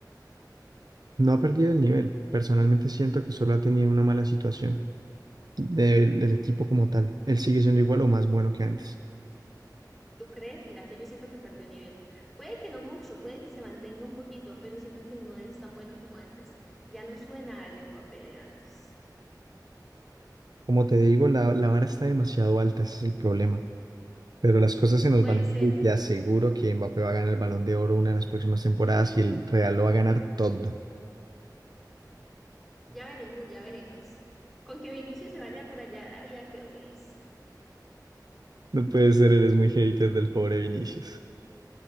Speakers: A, on the right; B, in the centre.
A: No ha perdido el nivel. Personalmente siento que solo ha tenido una mala situación del del equipo como tal. Él sigue siendo igual o más bueno que antes.
B: ¿Tú crees? Mira que yo siento que perdió nivel. Puede que no mucho, puede que se mantenga un poquito, pero siento que no es tan bueno como antes. Ya no suena el Mbappé de antes.
A: Como te digo, la, la vara está demasiado alta, ese es el problema. Pero las cosas se nos
B: Puede
A: van
B: ser,
A: a dar y te aseguro que Mbappé va a ganar el Balón de Oro una de las próximas temporadas y el Real lo va a ganar todo.
B: ya veremos, ya veremos. Con que Vinicius se vaya por allá a Arabia, quedo feliz.
A: No puede ser, eres muy hater del pobre Vinicius.